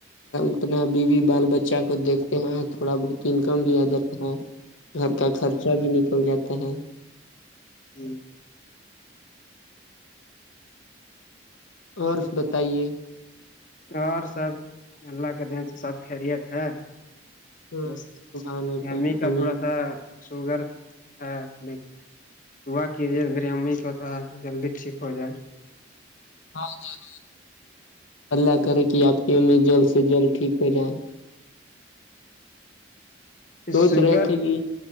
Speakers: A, on the left (about 80°); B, on the left (about 40°).
A: اپنا بیوی بال بچہ کو دیکھتے ہیں تھوڑا بہت انکم بھی آ جاتا ہے گھر کا خرچہ بھی نکل جاتا ہے
B: ہی <unintelligible>
A: اور بتائیے
B: اور سب اللہ کے دین سے سب خیریت ہے
A: سبحان
B: بس
A: اللہ
B: می کا
A: امین
B: تھوڑا سا شوگر ہے وا کیجیے میری امی کو تھوڑا جلدی ٹھیک ہو جائے
A: ہاں ضرور اللہ کرے کہ آپ کی امی جلد سے جلد ٹھیک ہو جائےیں سوچ
B: شوگر
A: رہے تھے کہ